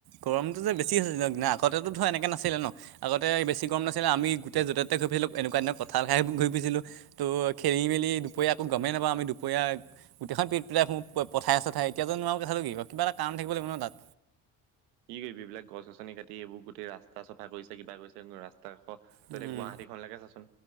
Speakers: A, on the right; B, on the right.
A: গৰমটো যে বেছি হৈছে দিনক দিনে পাৰা আগতেটো ধৰ এনেকে নাছিলে ন'? আগতে বেছি গৰম নাছিলে। আমি গোটেই য'তে-ত'তে ঘুৰি ফুছিলো এনেকুৱা দিনত কঁঠাল খাইহে ঘুৰি ফুৰিছিলোঁ। ত' খেলি-মেলি দুপৰীয়া একো গমেই নাপাওঁ। আমি দুপৰীয়া গোটেইখন পিট -পিটাই ফুৰোঁ। পথায়ে- চথায়ে এতিয়াতো নোৱাৰ কথাটো কি ক'? কিবা এটা কাৰণ থাকিব লাগিব ন' তাত।
B: কি কৰিবি এইবিলাক গছ-গছনি কাটি এইবোৰ গোটেই ৰাস্তা চফা কৰিছে, কিবা কৰিছে ৰাস্ স্তা আকৌ তই
A: উম,
B: এতিয়া গুৱাহাটীখনলৈকে চাচোন।